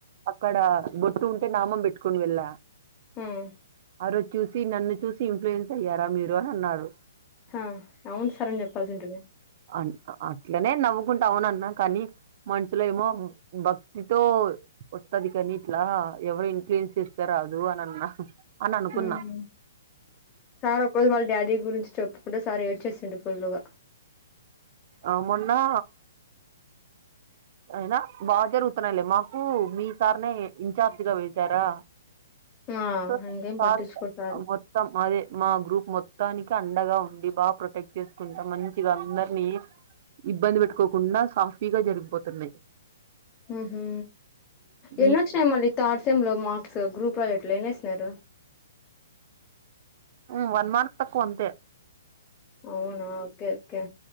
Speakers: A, on the right (about 45°); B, on the left (about 20°).
A: అక్కడ బొట్టు ఉంటే నామం పెట్టుకొని వెళ్ళ
B: ఉమ్
A: ఆ రోజు చూసి నన్ను చూసి ఇన్ఫ్లుయెన్స్ అయ్యారా మీరు అని అన్నారు
B: హ అవును సార్ అని చెప్పాల్సి ఉంటిమి
A: అన్ అట్లనే నవ్వుకుంట అవునన్నా కనీ మనుషులేమో భక్తితో ఒస్తది కనీ ఇట్లా ఎవరి ఇన్ఫ్లుయెన్స్ చేస్తే రాదు అనన్నా అననుకున్నా
B: ఉమ్ సార్ ఒక్రోజు వాళ్ళ డాడీ గురించి చెప్పుకుంట సార్ ఏడ్చేశిండు ఫుల్లుగా
A: ఆ మొన్నా అయినా బాగ జరుగుతున్నాయ్లే, మాకూ మీ సార్నే ఇన్ఛార్జ్గా వేసారా
B: ఆ
A: స
B: ఇంకేం
A: సార్
B: పట్టించుకోడు సార్
A: మొత్తం అదే మా గ్రూప్ మొత్తానికన్ అండగా ఉండి బాగ ప్రొటెక్ట్ చేసుకుంటాం మంచిగ అందరినీ ఇబ్బంది బేట్టుకోకుండా సాఫీగా జరిగిపోతున్నయి
B: ఉమ్ హు, ఎన్నోచ్చినయ్
A: ఈ
B: మళ్ళీ థార్డ్ సెమ్లో మాక్ సా గ్రూప్లొ ఎట్లని ఎసినారు
A: ఉమ్ వన్ మార్క్ తక్కువ అంతే
B: అవునా ఓకే ఓకే